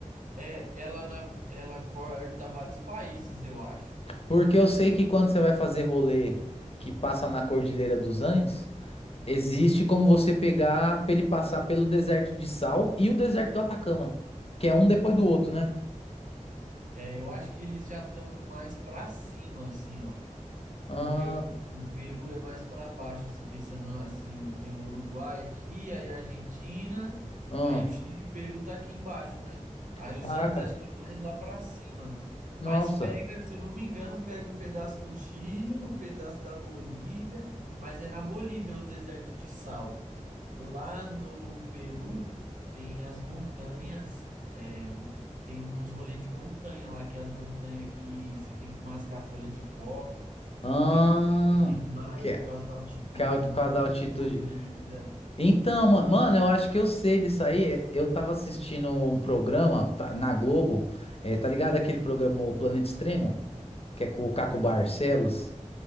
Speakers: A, on the right (about 80°); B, on the left (about 50°).
A: É, ela, na- ela corta vários países, eu acho.
B: Porque eu sei que quando você vai fazer rolê que passa na Cordilheira dos Andes, existe como você pegar pra ele passar pelo deserto de Sal e o deserto do Atacama, que é um depois do outro, né?
A: É, eu acho que eles já estão mais pra cima, assim, ó.
B: Ah,
A: Porque o, o Peru é mais para baixo, assim, pensando assim, o- tem o Uruguai aqui, aí a Argentina,
B: ah,
A: aí o Chile e o Peru tá aqui embaixo, né? Aí
B: caraca,
A: os Andes acho que é mais lá para cima.
B: nossa.
A: Mas pega, se eu não me engano, pega um pedaço do Chile, um pedaço da Bolívia, mas é na Bolívia o deserto de sal. Lá no Peru tem as montanhas, é, tem uns rolês de montanha lá, que é as montanhas que você tem que mascar folha de coca.
B: Ah,
A: Tem coisa que desmaia
B: que é,
A: por causa da altitude,
B: que é por
A: montanha
B: causa da altitude.
A: colorida.
B: Então, ma- mano, eu acho que eu sei disso aí. É, Eu tava assistindo um programa tá, na Globo, é, tá ligado aquele programa O Planeta Extremo, que é com o Caco Barcelos?